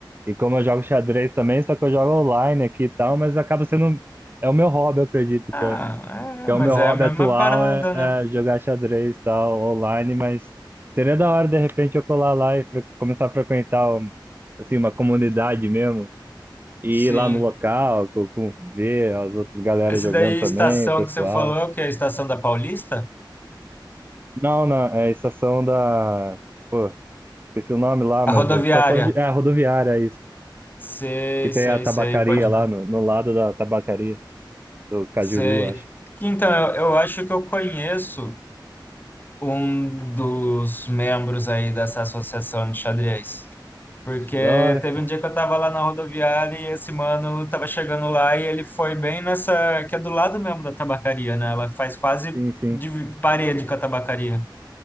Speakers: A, on the right; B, on the left.
A: E como eu jogo xadrez também, só que eu jogo online aqui e tal, mas acaba sendo. É o meu hobby, eu acredito,
B: ah,
A: que
B: é,
A: é
B: mas
A: o meu hobby
B: é a mesma
A: atual
B: parada,
A: é, é
B: né?
A: jogar xadrez e tal, online, mas seria da hora de repente eu colar lá e fre- começar a frequentar um- assim, uma comunidade mesmo. E
B: Sim.
A: ir lá no local, co- com, ver as outras galera
B: Esse
A: jogando
B: daí,
A: também,
B: estação
A: o pessoal.
B: que você falou, é o que é a estação da Paulista?
A: Não, não, é a estação da. Pô, esqueci o nome lá, mas
B: A rodoviária.
A: é estação de. É a rodoviária, é isso.
B: Sei,
A: Que tem
B: sei,
A: a tabacaria
B: sei, pode.
A: lá no, no lado da tabacaria, do Cajuru,
B: Sei.
A: acho.
B: Então, eu, eu acho que eu conheço um dos membros aí dessa associação de xadrez. Porque
A: Da hora.
B: teve um dia que eu tava lá na rodoviária e esse mano tava chegando lá e ele foi bem nessa, que é do lado mesmo da tabacaria, né? Ela faz quase
A: Sim, sim.
B: de parede com a tabacaria.